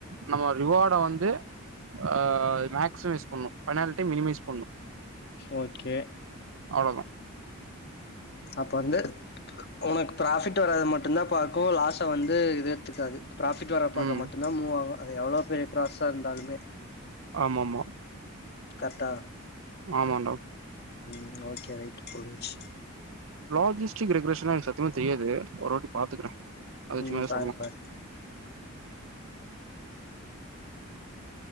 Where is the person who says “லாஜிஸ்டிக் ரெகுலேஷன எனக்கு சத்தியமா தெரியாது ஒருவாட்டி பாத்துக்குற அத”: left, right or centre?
Right